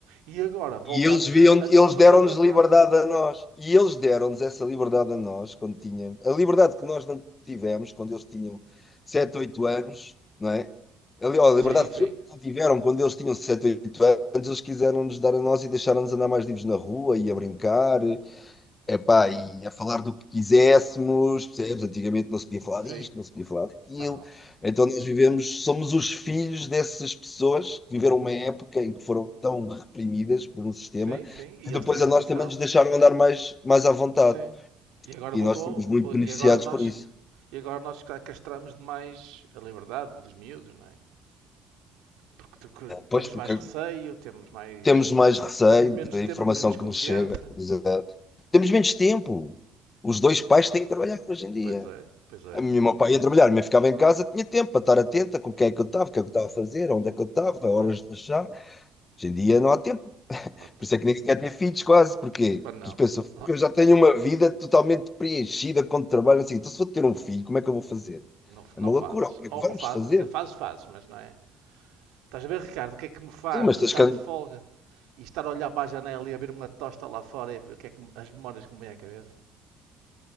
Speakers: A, on the right; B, on the left.
A: E agora voltámos
B: E eles viam,
A: a, a não
B: eles
A: fazer
B: deram-nos
A: quase
B: liberdade
A: nada.
B: a nós. E eles deram-nos essa liberdade a nós quando tínhamos. A liberdade que nós não tivemos quando eles tinham 7 8 anos, não é? A li- a liberdade
A: Sim, sim,
B: que eles tiveram quando eles tinham 7 8 anos, eles quiseram nos dar a nós e deixaram-nos andar mais livres na rua e a brincar Epá, e a falar do que quiséssemos, percebes? Antigamente não se podia falar
A: sim.
B: disto, não se podia falar daquilo.
A: Pá, não.
B: Então nós vivemos, somos os filhos dessas pessoas que viveram uma época em que foram tão reprimidas por um sistema
A: Sim, sim. E
B: que
A: eles
B: depois
A: têm essa
B: a nós
A: noção.
B: também nos deixaram andar mais, mais à vontade.
A: Sim. E agora
B: E
A: voltou.
B: nós somos muito beneficiados
A: E agora nós,
B: por isso.
A: e agora nós ca- castramos demais a liberdade dos miúdos, não é? Porque te- que-
B: Pois,
A: temos
B: porque
A: mais receio, temos mais.
B: temos mais receio
A: Temos menos,
B: da
A: temos
B: informação
A: menos confiança.
B: que nos chega. Exato. Temos menos tempo. Os dois pais
A: Oh,
B: têm que trabalhar hoje em dia.
A: pois é, pois é,
B: A minha- O meu pai ia trabalhar, mas ficava em casa, tinha tempo para estar atenta com quem é que eu estava, o que é que eu estava a fazer, onde é que eu estava,
A: é verdade.
B: horas de lanchar. Hoje em dia não há tempo.
A: Ótimo.
B: Por isso é que nem sequer ter filhos quase, porque
A: Mas não,
B: tu pensas, "Fogo,
A: Oh,
B: eu já tenho uma vida totalmente preenchida com trabalho assim. Então, se vou ter um filho, como é que eu vou fazer?
A: não, f-
B: É
A: não
B: uma loucura,
A: fazes.
B: como
A: Ou,
B: é que vamos
A: ou fa-
B: fazer?
A: quer dizer, fazes, fazes, mas não é? Estás a ver, Ricardo, o que é que me faz
B: Sim, mas
A: estar
B: tens que.
A: de folga e estar a olhar para a janela e a ver uma tosta lá fora e o que é que me- as memórias que me vêm à cabeça?